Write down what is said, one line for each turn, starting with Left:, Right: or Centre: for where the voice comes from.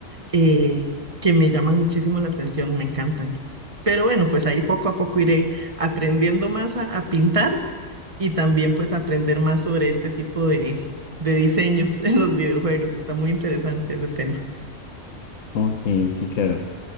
Right: eh, que me llaman muchísimo la atención, me encantan. Pero bueno, pues ahí poco a poco iré aprendiendo más a, a pintar y también pues aprender más sobre este tipo de, de diseños <laughs> en los videojuegos. Está muy interesante ese tema.
Left: ok, sí, claro.